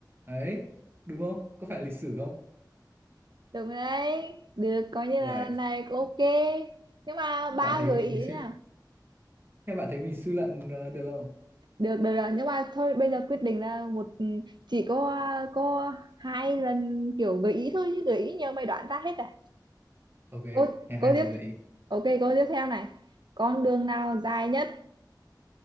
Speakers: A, on the right; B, on the right.
A: đấy đúng không có phải lịch sử không
B: được rồi đấy được coi như
A: ôi
B: là lần này cũng ok nhưng mà ba
A: bạn thấy
B: gợi
A: mình
B: ý
A: suy
B: nha
A: luận- thế bạn thấy mình suy luận ờ, được không
B: được được rồi nhưng mà thôi bây giờ quyết định là một ừ, chỉ có à, có hai lần kiểu gợi ý thôi chứ gợi ý nhiều mày đoán ra hết à
A: ok
B: cô
A: thế hai
B: cô tiếp
A: lần gợi ý
B: ok cô tiếp theo này con đường nào dài nhất